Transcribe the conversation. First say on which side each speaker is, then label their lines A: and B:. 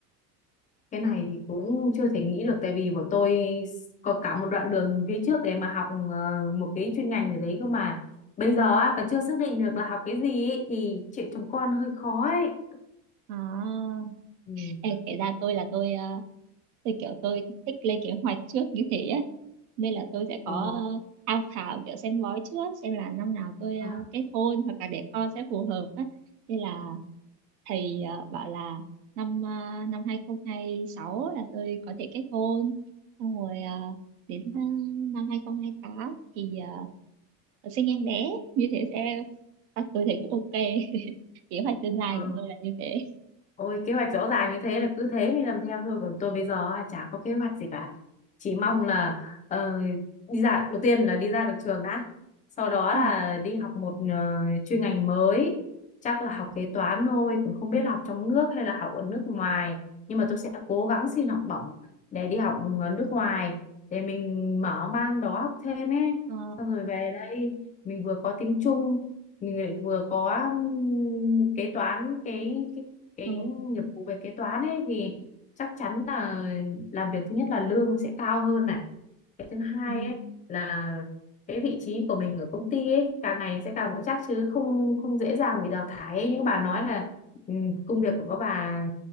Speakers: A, on the left; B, on the right.
A: cái này thì cũng chưa thể nghĩ được tại vì bọn tôi có cả một đoạn đường phía trước để mà học ờ, một cái chuyên ngành gì đấy cơ mà bây
B: Ừ.
A: giờ á, còn chưa xác định được là học cái gì ấy, thì chuyện chồng con hơi khó ấy
B: à
A: ừ.
B: em kể ra tôi là tôi ờ, tôi kiểu tôi thích lên kế hoạch trước như thế ấy. nên là tôi sẽ
A: ờ,
B: có ờ, tham khảo kiểu xem bói trước xem là năm nào tôi
A: ờ,
B: ờ, kết hôn hoặc là để con sẽ phù hợp á nên là thì ờ, bảo là năm uh, năm 2026 là tôi có thể kết hôn xong rồi ờ, đến ờ, năm 2028 thì uh, sinh em bé như thế sẽ à, tôi thấy cũng ok <laughs> kế hoạch tương lai
A: ờ.
B: của tôi là như thế
A: Ôi kế hoạch rõ ràng như thế là cứ thế mình làm theo thôi còn tôi bây giờ á, chả có kế hoạch gì cả chỉ mong là ờ, đi ra đầu tiên là đi ra được trường đã sau đó
B: ừ.
A: là đi học một ờ, chuyên ngành mới chắc là học kế toán thôi cũng không biết là học trong nước hay là học ở nước ngoài nhưng mà tôi sẽ cố gắng xin học bổng để đi học ở nước ngoài để mình mở mang đó học thêm ấy
B: Ờ,
A: xong rồi về đây mình vừa có tiếng Trung mình lại vừa có ừm, kế toán cái cái
B: ừ.
A: nghiệp vụ về kế toán ấy thì chắc chắn là làm việc thứ nhất là lương sẽ cao hơn này cái thứ hai
B: Ừ.
A: ấy là cái vị trí của mình ở công ty ấy càng ngày sẽ càng vững chắc chứ không không dễ dàng bị đào thải ấy. như các bà nói là ừ, công việc của các bà